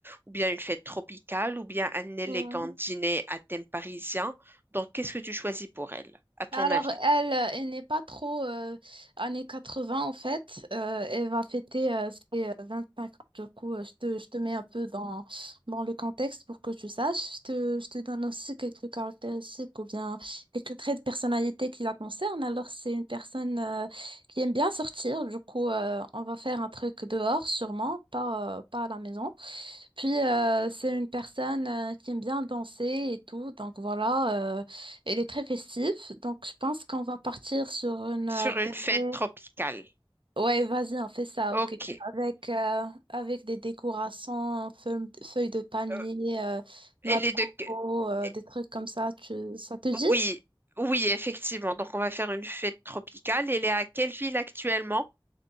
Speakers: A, on the right; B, on the right.
A: ou bien une fête tropicale, ou bien un élégant
B: Hmm.
A: dîner à thème parisien. Donc, qu'est-ce que tu choisis pour elle, à ton
B: Alors,
A: avis?
B: elle, euh, elle n'est pas trop euh, années vingts en fait. Euh, elle va fêter euh, ses euh, cinq ans. Du coup, euh, je te, je te mets un peu dans, dans le contexte pour que tu saches. Je te, je te donne aussi quelques caractéristiques ou bien quelques traits de personnalité qui la concernent. Alors, c'est une personne euh, qui aime bien sortir. Du coup, euh, on va faire un truc dehors sûrement, pas, euh, pas à la maison. Puis euh, c'est une personne euh, qui aime bien danser et tout, donc voilà, euh, elle est très festive, donc je pense qu'on va partir sur une euh,
A: Sur une fête
B: tournée.
A: tropicale.
B: Ouais, vas-y, on fait ça,
A: Ok.
B: ok. Avec euh, avec des décorations, feu- feuilles de palmier,
A: Euh,
B: euh,
A: elle
B: noix de
A: est
B: coco,
A: de... que-
B: euh,
A: eh,
B: des trucs comme ça. Tu, ça te dit?
A: Oui, oui, effectivement. Donc, on va faire une fête tropicale. Elle est à quelle ville actuellement?